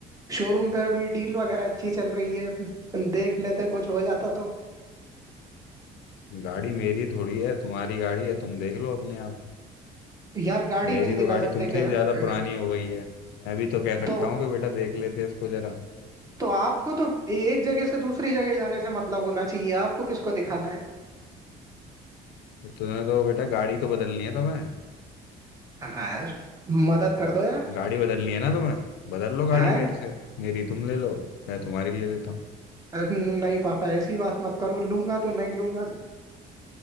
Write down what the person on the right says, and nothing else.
शोरूम पे अभी डील वगैरह अच्छी चल रही है देख लेते कुछ हो जाता तो
यार गाड़ी
नहीं दिला
सकते
क्या
अ,
तो
तो आपको तो एक जगह से दूसरी जगह जाने से मतलब होना चाहिए आपको किसको दिखाना है
हाँ यार, मदद कर
दो यार
हाँ
अ, नहीं पापा ऐसी बात मत करो लूंगा तो नहीं लूंगा